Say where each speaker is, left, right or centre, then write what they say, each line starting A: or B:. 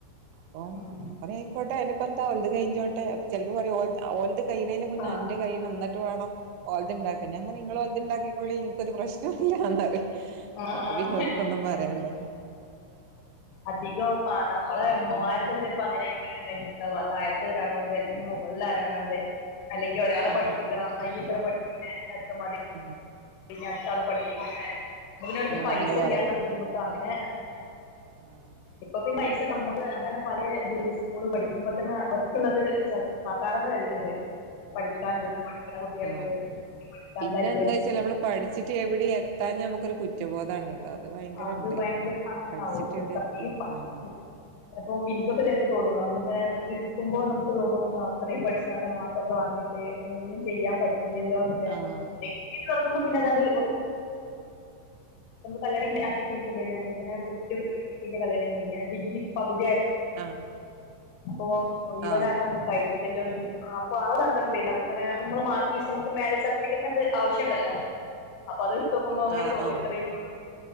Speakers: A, on the right; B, on the left.
A: അപ്പോ
B: ഉം
A: ഞാൻ പറയാ ആയിക്കോട്ടെ അയ്നിപ് <unintelligible> കഴിഞ്ഞോട്ടെ ചെലപ്പം പറയും ഓൽ ഓൽത് കഴിണേന്റെ മുന്നെ
B: ആഹ്
A: അന്റെ കയണം ന്നട് വേണം ഓലത്ണ്ടാക്കന്നെ ഞാൻ പറയും നിങ്ങളത് ഇണ്ടാക്കിക്കോളി നിക്കൊരു പ്രശ്നോം ഇല്ല <unintelligible>
B: ആഹ്
A: അപ്പോ പിന്നെ ഓൽക്കൊന്നും പറയണ്ട
B: അധികം ആ നമ്മളെ
A: അപ്പൊ
B: ഉമ്മമാരു തന്നെ ഇപ്പോ അങ്ങനെ <unintelligible> താഴത്തു ഒരാളുണ്ട് അല്ലെങ്കിൽ മുകളില് ഒരാളുണ്ട് അല്ലെങ്കിൽ ഒരാളെ
A: ആഹ്
B: പഠിപ്പിക്കണം <unintelligible> ഇത്ര <unintelligible> <unintelligible>
A: ഉം
B: ഇനി അടുത്താളെ പഠിപ്പിക്കണ്ടേ <unintelligible>
A: ആഹ്
B: പൈസ
A: അങ്ങനെ പറയും
B: ഇല്ലാത്ത ബുദ്ധിമുട്ടും അങ്ങനെ
A: ആഹ്
B: ഇപ്പൊ പിന്നെ നമ്മുക്ക് അങ്ങനെ പല <unintelligible> സ്കൂള് പഠിക്കുമ്പോ തന്നെ അവർക്കുള്ളത് സർക്കാർ തന്നെ നൽകുന്നുണ്ട്
A: ആഹ്
B: പഠിക്കാനുള്ളത് പഠിക്കുന്ന കുട്ടികൾക്ക്
A: ആഹ്
B: പഠിക്കാനുള്ള
A: പിന്നെ
B: എല്ല
A: എന്താ വെച്ചാല് നമ്മള് പഠിച്ചിട്ട് എവിടെ എത്താ നമുക്കൊരു കുറ്റം കുറ്റബോധാണ് അത് ഭയങ്കര
B: അത്
A: ഇണ്ട്
B: ഭയങ്കര സാങ്കടവും
A: പഠിച്ചിട്ട്
B: <unintelligible>
A: എവിടെ എത്തി ആഹ്
B: ഇൻക്കൊക്കെ ചിലപ്പോ തോന്നുന്നു നമ്മളിങ്ങനെ ഇരിക്കുമ്പോ നമുക്ക് തോന്നും അത്രയും പഠിച്ച് നല്ല മാർക്കൊക്കെ വാങ്ങിട്ട്ഒന്നും ചെയ്യാൻ പറ്റില്ല ഇല്ലല്ലോന്നൊക്കെ
A: ആഹ്
B: തുറക്കുമ്പോ പിന്നെ അതത്റ നമ്മൾ കല്യാണം <unintelligible> <unintelligible> പ്ലസ് ടുന്റെ കല്യാണം കഴിഞ്ഞു ഡിഗ്രിപകുതി
A: ആഹ്
B: ഓ ഓ ഇവൻ
A: ആഹ്
B: ആ <unintelligible> ഇല്ലല്ലോ <unintelligible> അപ്പൊ ആ സങ്കടം ഉണ്ടായിരുന്നു അങ്ങനെ നമ്മള് മാർക്ക് ലിസ്റ്റ് നമുക്ക് മാരേജ് സർട്ടിഫിക്കറ്റിനകത്ത് ആവശ്യംണ്ടല്ലോ അപ്പൊ അത് <unintelligible> അങ്ങനെ
A: ആഹ്
B: തോന്നി
A: ആഹ് ആഹ്
B: ഇത്രയും